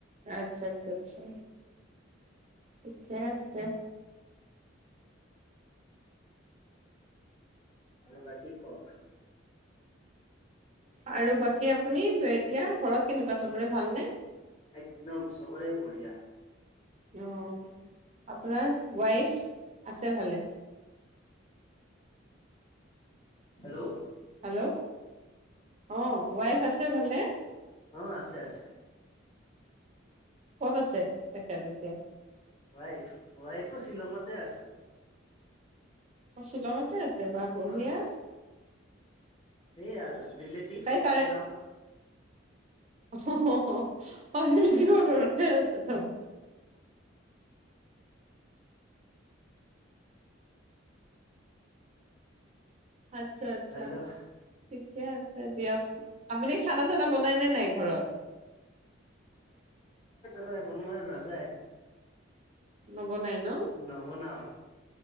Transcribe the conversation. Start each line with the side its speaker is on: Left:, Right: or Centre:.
Right: আচ্ছা আচ্ছা আচ্ছা ঠিকেই আছে
Left: আৰু বাকী কক
Right: আৰু বাকী আপুনি এতিয়া ঘৰত কেনেকুৱা চবোৰে ভালনে
Left: একদম সবৰে বঢ়িয়া
Right: অ', আপোনাৰ ৱাইফ আছে ভালে
Left: হেল্ল'
Right: হেল্ল' অ ৱাই চছে ভালে
Left: অ আছে আছে
Right: কত আছে তেখেত এতিয়া।
Left: ৱাইফ ৱাইফো শ্বিলঙতে আছে
Right: অ শ্বিলঙতে আছে ছে বা
Left: অ',
Right: বহিয়
Left: সেইয়া আৰু ৰিলেটিভ
Right: তাই তাৰে
Left: শ্বিলং।
Right: ঠ আছে ত <unintelligible> আচ্ছা আচ্ছা
Left: হেল্ল'
Right: ঠিকে আছে দিয়ক আপুনি খানা চানা বনাইনে নাই ঘৰত
Left: নয় বনোৱা মাছ নাযায় <unintelligible>
Right: নব নাই ন
Left: নব নাও